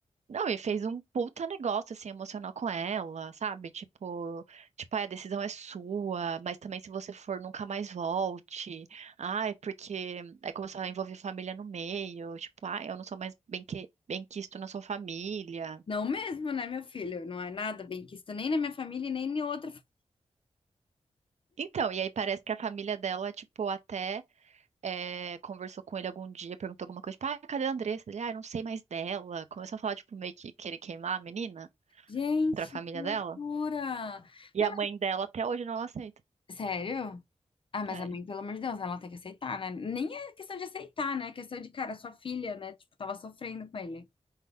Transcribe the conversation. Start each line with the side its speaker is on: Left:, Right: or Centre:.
Right: Não, e fez um puta negócio, assim, emocional com ela, sabe? Tipo, tipo, "Ai, a decisão é sua, mas também se você for, nunca mais volte. Ai, porque aí começou a envolver família no meio, tipo, ai, eu não sou mais bem que, bem quisto na sua família.
Left: Não mesmo, né, meu filho? Não é nada bem quisto nem na minha família, e nem em outra. fa-
Right: Então, e aí parece que a família dela, tipo, até é, conversou com ele algum dia, perguntou alguma coisa, tipo, ai, cadê a Andressa? Ele, ah, eu não sei mais dela. Começou a falar, tipo, meio que querer queimar a menina
Left: Gente,
Right: pra família
Left: que loucura.
Right: dela. E
Left: Meu,
Right: a mãe dela até hoje não aceita.
Left: mas- Sério? Ah, mas
Right: É,
Left: a mãe, pelo amor de Deus, ela tem que aceitar, né? Nem é questão de aceitar, né? É questão de, cara, sua filha, né? Tipo, tava sofrendo com ele.